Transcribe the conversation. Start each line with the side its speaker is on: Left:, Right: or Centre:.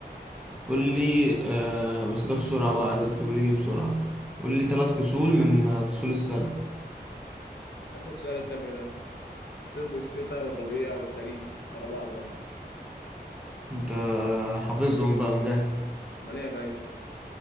Centre: قول لي آه بس ده بسرعة بقى عايزك تقول لي بسرعة قول لي ثلاث فصول من آه، فصول السنة
Left: أسأل السؤال التافه ده الصيف والشتاء والربيع والخريف ورا بعضهم
Centre: أنت آه، حافظهم بقى مجاهد
Left: أمال إيه يا باشا